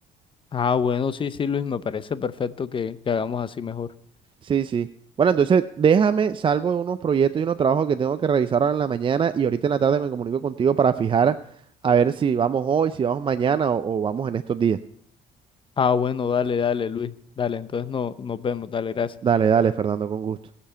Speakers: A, on the left; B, on the right.
A: Ah, bueno, sí, sí, Luis, me parece perfecto que, que hagamos así mejor.
B: Sí, sí. Bueno, entonces déjame, salgo de unos proyectos y unos trabajos que tengo que revisar ahora en la mañana y ahorita en la tarde me comunico contigo para fijar a ver si vamos hoy, si vamos mañana o, o vamos en estos días.
A: Ah, bueno, dale, dale, Luis, dale, entonces no, nos vemos, dale, gracias.
B: Dale, dale, Fernando, con gusto.